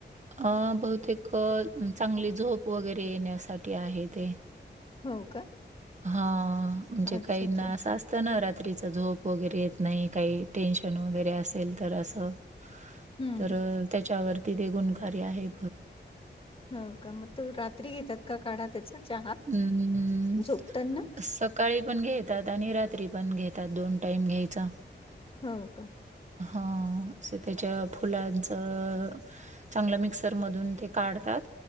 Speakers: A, on the right; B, on the left.
A: अ बहुतेक चांगली झोप वगैरे येण्यासाठी आहे ते.
B: हो का?
A: हा म्हणजे
B: अच्छा
A: काही
B: अच्छा
A: ना असं असतना रात्रीच झोप वगैरे येत नाही काही टेन्शन वगैरे असेल तर असं.
B: हम्म.
A: तर त्याच्यावरती ते गुणकारी आहे.
B: हो का मग तो रात्री घेतात का काढा त्याचा? चहा
A: हम्म
B: झोपताना
A: स काळी पण घेतात आणि रात्री पण घेतात दोन टाईम घ्यायचा.
B: हो का?
A: हा असे त्याच्या फुलांचं चांगल मिक्सर मधून ते काढतात.